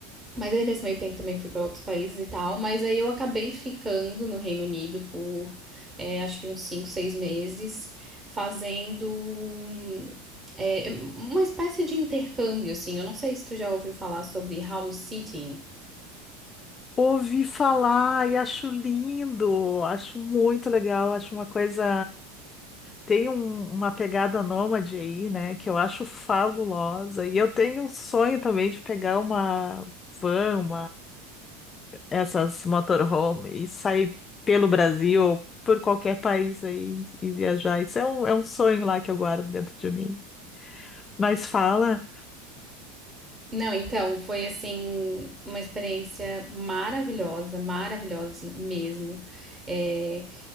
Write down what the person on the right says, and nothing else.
Mas aí nesse meio tempo também fui pra outros países e tal, mas aí eu acabei ficando no Reino Unido por é, acho que uns 5, 6 meses, fazendo hum, é, uma espécie de intercâmbio, assim. Eu não sei se tu já ouviu falar sobre house sitting
Não, então, foi assim, uma experiência maravilhosa, maravilhosa, assim, mesmo. É,